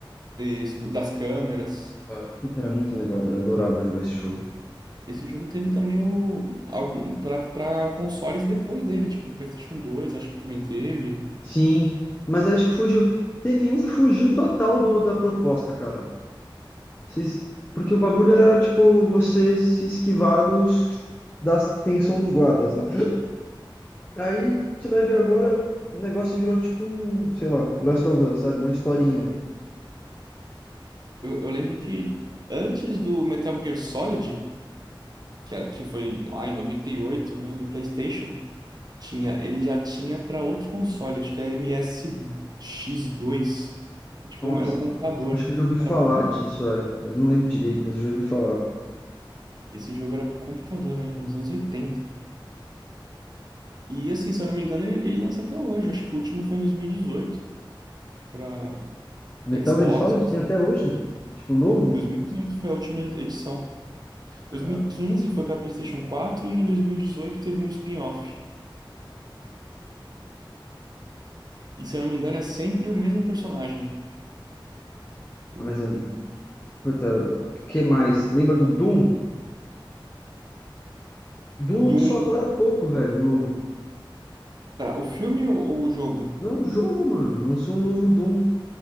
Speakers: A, on the right; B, on the left.
A: isso, das câmeras.
B: Ah, Puta, era muito legal, velho. Eu adorava jogar esse jogo.
A: Esse jogo teve também o algum para para consoles depois dele, tipo PlayStation dois acho que também teve.
B: Sim, mas acho que fugiu. Teve um que fugiu total do, da proposta, cara. Vocês- porque o bagulho era, tipo, você se esquivar dos, da tensão dos guardas, né? Aí você vai ver agora, o negócio virou tipo um, sei lá, Last of Us, sabe? Uma historinha.
A: Eu, eu lembro que antes do Metal Gear Solid, que, é- que foi lá em noventa e oito né, do PlayStation, tinha ele já tinha para outro console, acho que é msx dois É Tipo,
B: Nossa,
A: um- era um computador.
B: acho que eu já ouvi falar
A: Era para computador.
B: disso, é. Eu não lembro direito, mas eu já ouvi falar.
A: Esse jogo era para computador ainda, nos anos oitenta E assim, se eu não me engano, ele, ele lança até hoje. Acho que o último foi em 2018 para
B: Metal
A: Xbox.
B: Gear Solid tem até hoje? Tipo, novo?
A: 2018 foi a última edição.
B: Cara,
A: 2015 foi para PlayStation 4 e em 2018 teve um spin-off. E se eu não me engano é sempre o mesmo personagem. O
B: Mas, eu- puta, o que mais? Lembra do Doom? Doom
A: do
B: lançou
A: um-
B: agora há pouco, velho, um novo.
A: pera, o filme ou, ou o jogo?
B: Não, o jogo, mano. Lançou um novo Doom.